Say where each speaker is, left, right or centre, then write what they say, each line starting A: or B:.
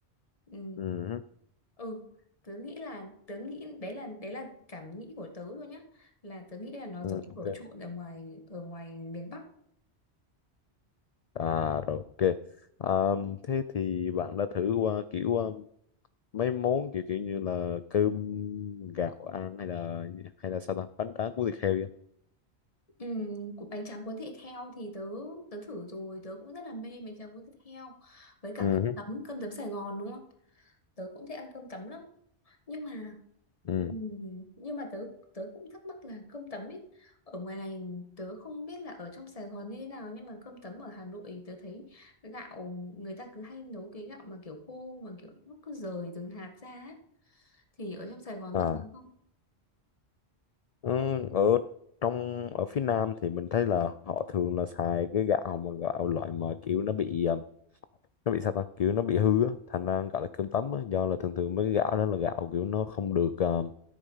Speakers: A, on the left (about 30°); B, on the left (about 50°).
A: ừ,
B: ừ. hứ.
A: ừ tớ nghĩ là tớ nghĩ đấy là đấy là cảm nghĩ của tớ thôi nhá là tớ nghĩ là nó
B: Ừ.
A: giống
B: ok
A: phở trộn ở ngoài ở ngoài miền Bắc
B: À rồi ok. À, thế thì bạn đã thử qua kiểu um, mấy món kiểu kiểu như là cơm gạo ăn hay là hay là sao ta bánh tráng cuốn thịt heo vậy?
A: Ừ, cũng bánh tráng cuốn thịt heo thì tớ tớ thử rồi tớ cũng rất là mê bánh tráng cuốn thịt heo với cả
B: Ừ.
A: cơm
B: hứ,
A: tấm cơm tấm Sài Gòn đúng không tớ cũng thích ăn cơm tấm lắm nhưng mà
B: Ừ.
A: ừ, nhưng mà tớ tớ cũng thắc mắc là cơm tấm ấy ở ngoài này tớ không biết là ở trong Sài Gòn như thế nào nhưng mà cơm tấm ở Hà Nội tớ thấy gạo người ta cứ hay nấu cái gạo mà kiểu khô mà kiểu nó cứ rời từng hạt ra á. thì ở trong Sài Gòn
B: À
A: có thấy không
B: ừ, ở trong ở phía Nam thì mình thấy là họ thường là xài cái gạo mà gạo loại mà kiểu nó bị um, nó bị sao ta kiểu nó bị hư á thành ra gọi là cơm tấm á do là thường thường mấy cái gạo đó là gạo kiểu nó không được um,